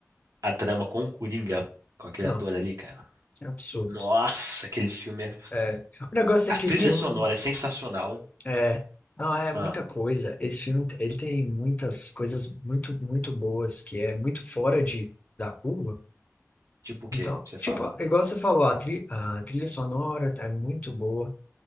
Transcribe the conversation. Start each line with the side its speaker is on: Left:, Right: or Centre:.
Right: a trama com o Coringa, com aquele
Left: Não,
Right: ator ali, cara.
Left: é absurdo.
Right: Nossa, aquele filme é...
Left: É. O negócio
Right: A
Left: é que
Right: trilha
Left: o filme
Right: sonora é sensacional.
Left: é. Não, é
Right: Ah,
Left: muita coisa. Esse filme, ele tem muitas coisas muito, muito boas, que é muito fora de, da curva.
Right: tipo o quê?
Left: Então,
Right: Você
Left: tipo,
Right: fala.
Left: igual você falou, a, tri, a trilha sonora é muito boa.